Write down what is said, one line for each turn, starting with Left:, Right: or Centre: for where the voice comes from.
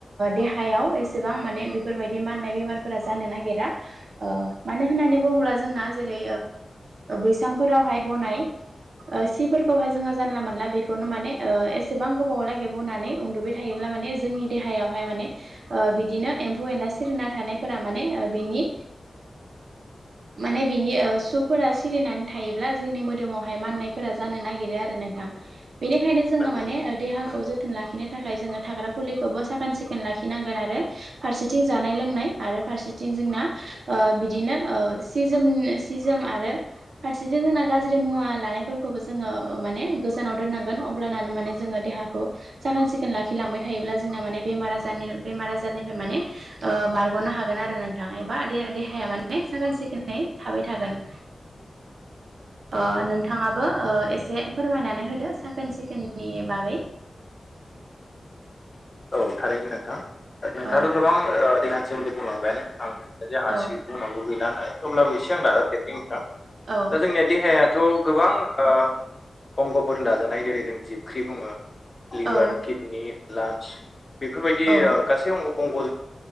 Right: देहायाव एसेबां माने बेफोरबायदि माननाय बेमारफोरा जानो नागिरा मानो होननानै बुङोब्ला जोंना जेरै बैसांफोरावहाय बनाय सिफोरखौहाय जोङो जानला मोनानला बेखौनो माने एसेबां गोबाव ला गिरबावनानै उन्दुबाय थायोब्ला माने जोंनि देहायावहाय माने बिदिनो एम्फौ एनला सिरिना थानायफोरा माने बिनि माने बिनि श'फोरा सिरिनानै थायोब्ला जोंनि मोदोमाव मनायफोरा जानो नागिरो आरो नोंथां बेनिखायनो जोङो
Left: नंगौ
Right: माने देहाखौ जोथोन लाखिनो थाखाय जोङो थाग्रा खुलिखौबो साखोन सिखोन लाखिनांगोन आरो फारसेथिं जानाय लोंनाय आरो फारसेथिं जोंना बिदिनो सिजोम सिजोम आरो फारसेथिं जोंना गाज्रि मुवा लानायफोरखौबो जोङो माने गोजानाव दोननांगोन अब्लानो माने जोङो देहाखौ साखोन सिखोन लाखिलांबाय थायोब्ला जोंना माने बेमार आजारनि बेमार आजारनिफ्राय माने ओ बारग'नो हागोन आरो नोंथां एबा दे देहाया माने साखोन सिखोनै थाबाय थागोन ओ नोंथाङाबो ओ एसे फोरमायनानै होदो साखोन सिखोननि बागै
Left: औ थारैनो नोंथां नोंथाङाथ'
Right: औ
Left: गोबां देहानि सोमोन्दै बुंलांबायानो आं सानबाय जे आंहा
Right: औ
Left: एसे <unintelligible> अब्लाबो एसे आं दाजाब देरनि नोंथां
Right: औ
Left: दा जोंनिया देहायाथ' गोबां ओ अंग'फोरजों दाजानाय जेरै जों जिबख्रि बुङो लिभार
Right: औ
Left: किडनि लांस बेफोरबायदि
Right: औ
Left: ओ गासै अंग'जों